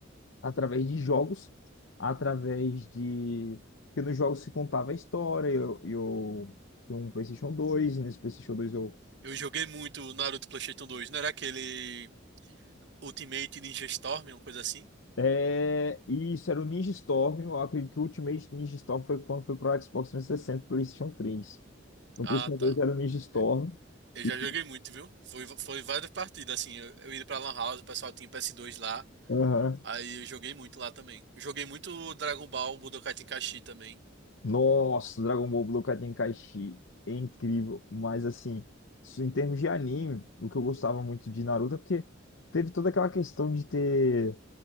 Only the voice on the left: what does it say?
através de jogos, através de... Porque nos jogos se contava a história, eu... eu... tinha Um PlayStation 2, nesse PlayStation dois eu
É, isso era o Ninja Storm. Eu acredito que o Ultimate Ninja Storm foi quando foi para o Xbox 360 e sessenta e PlayStation 3. No
PlayStation
2 era o Ninja Storm.
E-
Aham.
Nossa, Dragon Ball Budokai Tenkaichi. É incrível. Mas, assim, isso em termos de anime, o que eu gostava muito de Naruto é porque teve toda aquela questão de ter.